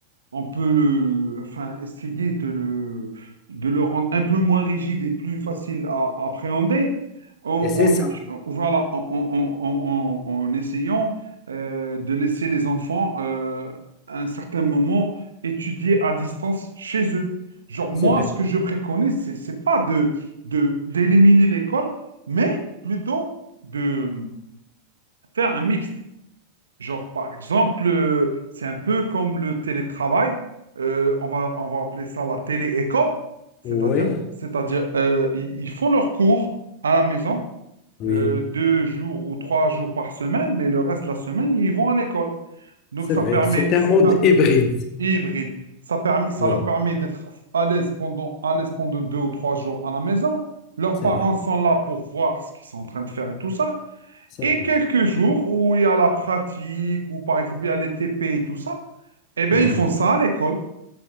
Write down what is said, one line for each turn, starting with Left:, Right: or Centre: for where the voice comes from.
Right: on peut le, enfin, essayer de le, de le rendre un peu moins rigide et plus facile à, appréhender en,
Left: Et c'est ça,
Right: en- voilà, en, en- en- en- en essayant euh, de laisser les enfants euh, à un certain moment étudier à distance chez eux. Genre, moi,
Left: c'est vrai.
Right: ce que je préconise, c'est, c'est pas de, de, d'éliminer l'école, mais plutôt de faire un mixte. Genre, par exemple, euh, c'est un peu comme le télétravail. Euh, on va, on va appeler ça la télé-école. C'est-à-dire,
Left: Oui,
Right: c'est-à-dire euh, ils ils font leurs cours à la maison
Left: oui,
Right: euh, deux jours ou trois jours par semaine, mais le reste de la semaine, ils vont à l'école. Donc,
Left: c'est
Right: ça
Left: vrai.
Right: permet,
Left: C'est un
Right: ça,
Left: mode
Right: per-
Left: hybride.
Right: hybride, ça permet, ça
Left: Oui,
Right: leur permet d'être à l'aise pendant, à l'aise pendant deux ou trois jours à la maison. Leurs
Left: c'est
Right: parents
Left: vrai,
Right: sont là pour voir ce qu'ils sont en train de faire et tout ça.
Left: c'est
Right: Et
Left: vrai.
Right: quelques jours où il y a la pratique, ou par exemple il y a les TP et tout ça, eh bien
Left: Ouais.
Right: ils font ça à l'école.